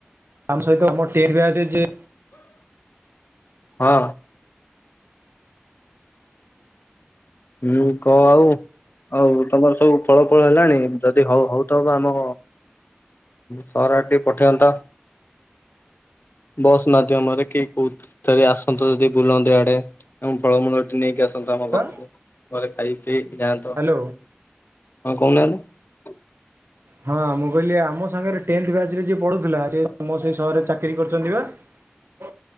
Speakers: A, on the right; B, on the left.
A: ଆମ ସହିତ ଆମର ଟେର୍ <unintelligible> ଯେ
B: ହଁ। ହୁଁ କହ ଆଉ, ଆଉ ତମର ସବୁ ଫଳଫଳ ହେଲାଣି ଯଦି ହଉ ହଉଥବ ଆମ ସହର ଆଡେ ଟିକେ ପଠାନ୍ତ, ବସ୍ ମାଧ୍ୟମରେ କି କୋଉଥିରେ ଆସନ୍ତ ଯଦି ବୁଲନ୍ତ ଏଆଡେ ଏବଂ ଫଳମୂଳ ଟିକେ ନେଇକି ଆସ୍ ନ୍ତ ଆମ
A: ବା
B: ପାଖକୁ। ଘରେ ଖାଇ ଦେଇ ଯାନ୍ତ
A: ହ୍ୟାଲୋ
B: ହଁ କହୁନାହାନ୍ତି।
A: ହଁ ମୁଁ କହିଲି ଆମ ସାଙ୍ଗରେ ଟେନ୍ଥ ବ୍ୟାଚ ରେ ଯିଏ ପଢୁଥିଲା ସେ ତମ ସେ ସହରରେ ଚାକିରି କରୁଛନ୍ତି ପା?